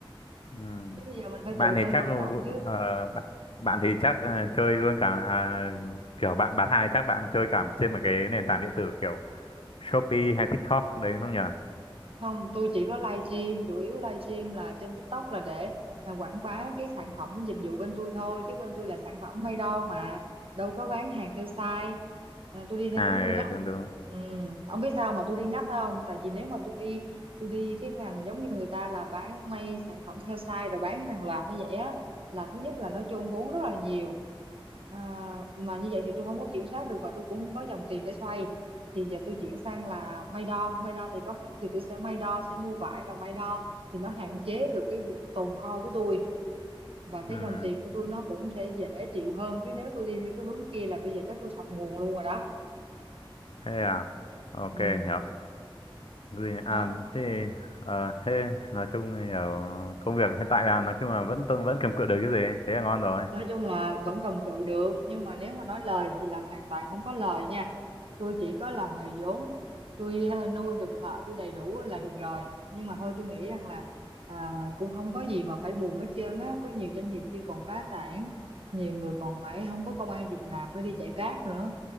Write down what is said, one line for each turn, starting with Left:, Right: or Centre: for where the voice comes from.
Left: ừ.
Right: chứ bây giờ mình phải
Left: bạn
Right: tự thân
Left: thì chắc
Right: vận động chứ
Left: ờ, bạn bạn thì chắc ờ, chơi luôn cả à, kiểu bạn bán hàng thì chắc bạn chơi cả trên một cái nền tảng điện tử kiểu Shopee hay TikTok đấy đúng không nhỉ
Right: không tôi chỉ có live stream chủ yếu live stream là trên TikTok là để à, quảng bá cái sản phẩm dịch vụ bên tôi thôi chứ bên tôi là sản phẩm may đo mà đâu có bán hàng theo size à, tôi đi theo
Left: à
Right: cái đường
Left: ừ,
Right: ngách
Left: đúng đúng
Right: ừ, ông biết sao mà tôi đi ngách không tại vì nếu mà tôi đi tôi đi cái ngành giống như người ta là bán may sản phẩm theo size rồi bán hàng loạt như vậy á là thứ nhất là nó chôn vốn rất là nhiều à, mà như vậy thì tôi không có kiểm soát được và tôi cũng không có dòng tiền để xoay thì giờ tôi chuyển sang là may đo may đo thì có khách thì tôi sẽ may đo sẽ mua vải và may đo thì nó hạn chế được cái việc tồn kho của tôi và cái
Left: ừ.
Right: dòng tiền của tôi nó cũng sẽ dễ chịu hơn chứ nếu tôi đi theo cái hướng kia là bây giờ chắc tôi sập nguồn luôn rồi đó
Left: thế à ok
Right: ừ
Left: hiểu gì nhỉ? à
Right: đó
Left: thế ờ, thế nói chung thì ở công việc hiện tại là nói chung là vẫn tôi vẫn cầm cự được cái gì thế là ngon rồi
Right: nói chung là vẫn cầm cự được nhưng mà nếu mà nói lời thì là hoàn toàn không có lời nha tôi chỉ có làm nghề vốn tôi ờ, nuôi được thợ tôi đầy đủ là được rồi nhưng mà thôi tôi nghĩ rằng là à, cũng không có gì mà phải buồn hết trơn á có nhiều doanh nghiệp khi còn phá sản nhiều người còn phải không có công ăn việc làm phải đi chạy Grab nữa